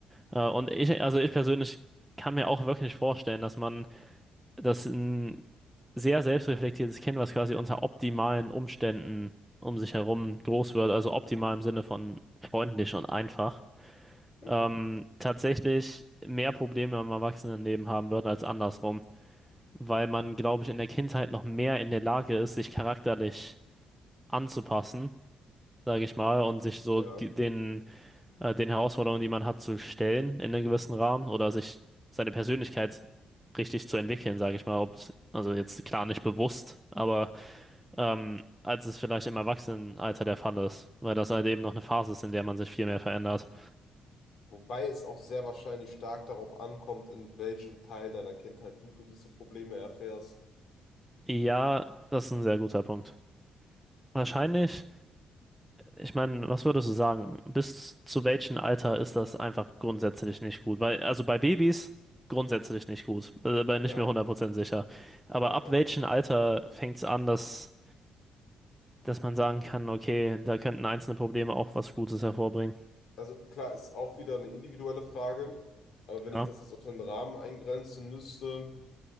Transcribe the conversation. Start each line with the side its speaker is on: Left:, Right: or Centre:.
Centre: Äh, und ich, also ich persönlich kann mir auch wirklich vorstellen, dass man, dass ein sehr selbstreflektiertes Kind, was quasi unter optimalen Umständen um sich herum groß wird, also optimal im Sinne von freundlich und einfach,
Left: mhm.
Centre: ähm, tatsächlich mehr Probleme im Erwachsenenleben haben wird als andersrum, weil man, glaube ich, in der Kindheit noch mehr in der Lage ist, sich charakterlich anzupassen, sage ich mal, und sich so
Left: Ja.
Centre: die, den, äh, den Herausforderungen, die man hat, zu stellen in einem gewissen Rahmen oder sich seine Persönlichkeit richtig zu entwickeln, sage ich mal, ob, also jetzt klar nicht bewusst, aber ähm, als es vielleicht im Erwachsenenalter der Fall ist, weil das halt eben noch eine Phase ist, in der man sich viel mehr verändert.
Left: Wobei es auch sehr wahrscheinlich stark darauf ankommt, in welchem Teil deiner Kindheit du gewisse Probleme erfährst.
Centre: Ja, das ist ein sehr guter Punkt. Wahrscheinlich, ich meine, was würdest du sagen? Bis zu welchem Alter ist das einfach grundsätzlich nicht gut? Weil, also bei Babys grundsätzlich nicht gut, äh, bin
Left: Ja,
Centre: nicht mehr 100% sicher. Aber
Left: ja,
Centre: ab
Left: klar.
Centre: welchem Alter fängt es an, dass, dass man sagen kann, okay, da könnten einzelne Probleme auch was Gutes hervorbringen?
Left: Also klar, ist auch wieder eine individuelle Frage, aber wenn
Centre: Ja,
Left: ich das jetzt auf den Rahmen eingrenzen müsste,